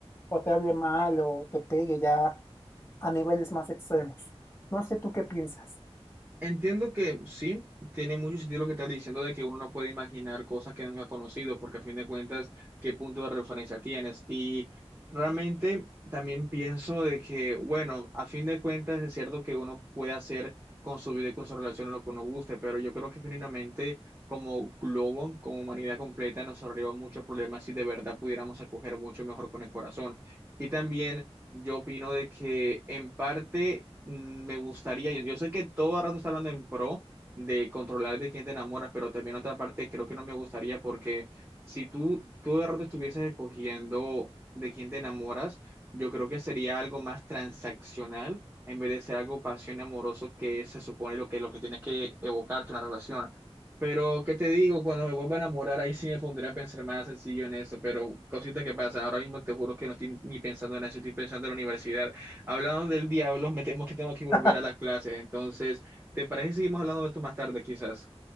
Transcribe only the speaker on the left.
o te hable mal o te pegue ya a niveles más extremos. No sé tú qué piensas.
<laughs>